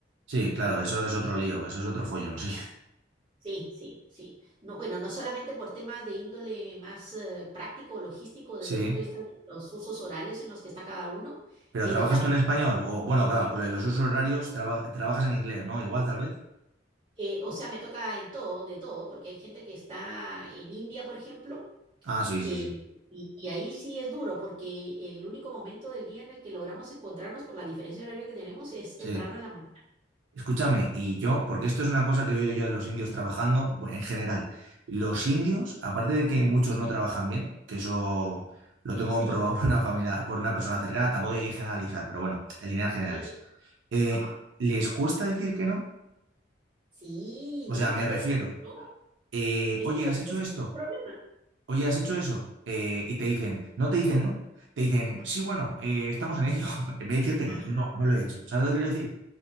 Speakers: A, on the right; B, on the right.
A: Sí, claro, eso es otro lío, eso es otro follón, <laughs> sí.
B: Sí, sí, sí. Sí, no, bueno, no solamente por temas de índole más eh, práctico o logístico
A: Sí.
B: desde el punto de vista de los usos horarios en los que está cada uno,
A: Pero
B: pero
A: ¿trabajas
B: también,
A: tú en español? O bueno, claro, con lo de los usos horarios traba- trabajas en inglés, ¿no? Igual, tal vez.
B: eh, o sea, me toca en todo, de todo, porque hay gente que está en India, por ejemplo,
A: Ah, sí, sí,
B: eh,
A: sí.
B: y, y ahí sí es duro, porque el único momento del día en el que logramos encontrarnos por la diferencia horaria que tenemos es temprano
A: Sí.
B: en la mañana.
A: Escúchame, y yo, porque esto es una cosa que he oído yo de los indios trabajando, bueno, en general, los indios, aparte de que muchos no trabajan bien, que eso lo tengo
B: Sí,
A: comprobado <laughs> por una familia, por una persona cercana, tampoco hay que generalizar, pero bueno, en líneas generales,
B: sí.
A: eh,
B: Ajá.
A: ¿les cuesta decir que no?
B: Sí,
A: O
B: nunca
A: sea, me refiero,
B: te dije que no.
A: eh,
B: Es
A: oye,
B: que
A: ¿has hecho
B: ese
A: esto?
B: es el problema.
A: Oye, ¿has hecho eso? Eh, y te dicen, no te dicen no, te dicen,
B: Ajá,
A: sí, bueno, eh, estamos en ello, <laughs> en vez de decirte que
B: ajá,
A: no, no lo he hecho. ¿Sabes lo que quiero decir?